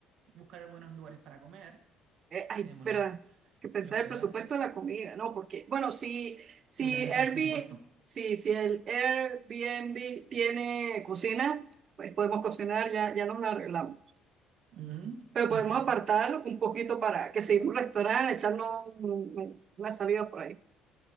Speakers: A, on the right (about 60°); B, on the right (about 40°).
A: buscar buenos lugares para comer.
B: eh, ay,
A: Tenemos
B: verdad,
A: los,
B: que pensar
A: el hospedaje.
B: el presupuesto de la comida, ¿no? Porque, bueno, si, si
A: Sí, pues tenés que hacer
B: Airbnb,
A: el presupuesto.
B: si, si el Airbnb tiene cocina, pues podemos cocinar, ya, ya nos la arreglamos.
A: Ujú.
B: Pero
A: <laughs>
B: podemos apartar un poquito para que seguimos un restaurante, echarnos un- un- una salida por ahí.